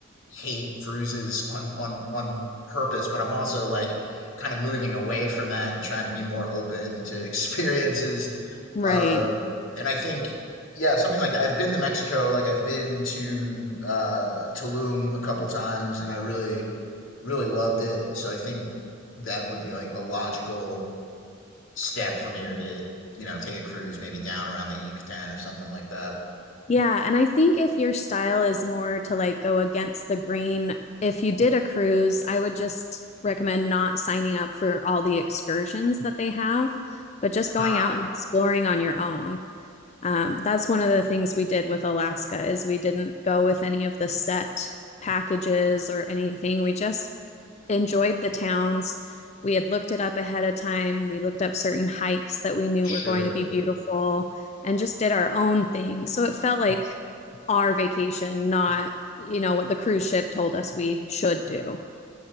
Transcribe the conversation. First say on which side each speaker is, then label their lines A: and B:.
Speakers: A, on the left; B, on the left.
A: hate bruises on on on purpose, but I'm also like kind of moving away from that and trying to be more open to <laughs> experiences.
B: Right.
A: Uh, Right. and I think yeah, something like that. I've been to Mexico, like I've been to uh Tulum a couple times, and I really really loved it. So I think that would be like a logical step for me would be to you know take a cruise maybe down around the Yucatan or something like that.
B: Yeah, and I think if your style is more to like go against the grain, if you did a cruise, I would just recommend not signing up for all the excursions that they have, but just going
A: Ah,
B: out and exploring on your own. Um, that's one of the things we did with Alaska is we didn't go with any of the set packages or anything. We just enjoyed the towns. We had looked it up ahead of time. We looked up certain hikes that we knew
A: sure.
B: were going to be beautiful and just did our own thing. So it felt like our vacation, not, you know, what the cruise ship told us we should do.